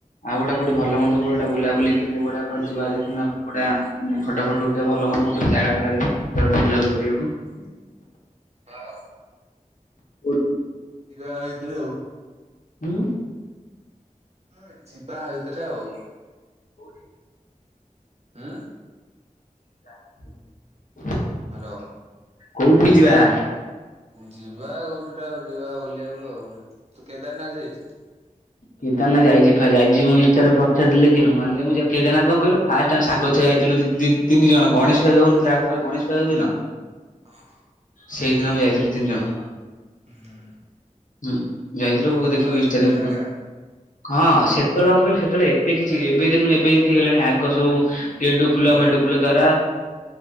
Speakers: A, on the left (about 70°); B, on the right (about 50°).
A: ଆଉ ଗୋଟା କୋଉଠି ଭଲ ମନ୍ଦ କୋଉଟା ବୁଲାବୁଲି କି କୋଉଟା କୁଆଡେ ଯିବା <unintelligible> ଫଟୋ, ଫଟ ଉଠେଇବ ଭଲ ମନ୍ଦ କୋଉଠି ଗୋଟେ ଜାଗା ଫାଗା ଦେଖି କୁଆଡ଼େ ଗୋଟେ ବୁଲା ବୁଲି କରିବାକୁ।
B: ହୁଁ, ହଁ।
A: ହୁଁ।
B: ଯିବା ହେଇଥିଲ।
A: ଉଁ।
B: ହଁ ଯିବା ଏଇ ଭିତରେ ଆଉ।
A: କୋଉଠି?
B: ଆ।
A: ା <inaudible>
B: ହାଲୋ।
A: କୋଉଠି କି ଯିବା?
B: ଯିବା ଆଉ କୋଉଠୁଟା ଆଉ ଯିବା ବୁଲିବାକୁ ଆଉ। ତୁ କେଦାରନାଥ ଯାଇଛୁ?
A: କେଦାରନାଥ୍ ଯାଇଛି, ଯାଇଛି। ମୁଁ ଇନ୍ଷ୍ଠାରେ ଫଟ୍ ଛାଡିଛି ଦେଖିନୁ? ମାନ୍ ମୁଁ କେଦାରନାଥ୍ କଣ କହିଲୁ? ଫାଷ୍ଟ ଆମେ ସାଙ୍ଗ ଛୁଆ ଯାଇଥିଲୁ ଦି-ଦି ତିନି ଜଣ। ଗଣେଶ ପୂଜା ଯୋଉ ହୋଉନଥିଲା ଆର ଥର ଗଣେଶପୂଜା ଯୋଉ ଦିନ
B: ହଁ।
A: ସେଇଦିନ ଆମେ ଯାଇଥିଲୁ ତିନି ଜଣ।
B: ହୁଁ
A: ହୁଁ ଯାଇଥିଲୁ ବୋଉ
B: ଭଲ
A: ଦେଖିବୁ
B: ଲାଗୁଛି
A: ଇନଷ୍ଟାରେ ଉପ
B: ଜାଗା
A: ହଁ ସେତେବେଳେ କଣ କହିଲି ସେତେବେଳେ ଏତେ କିଛି ଏବେ ଦେଖୁନୁ ଏବେ ଯେମିତି ହେଇଗଲାଣି ଆଗ ସବୁ। ଗେଣ୍ଡୁ ଫୁଲ
B: ହୁଁ।
A: ଭେଣ୍ଡୁ ଫୁଲ ଦ୍ଵାରା।